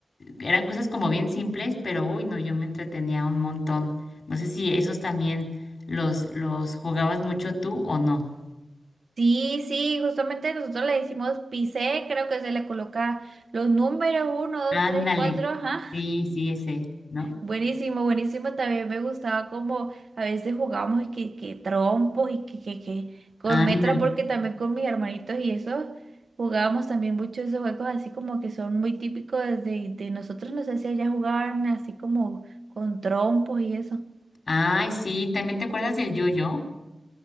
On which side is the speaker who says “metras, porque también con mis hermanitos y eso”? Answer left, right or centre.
Right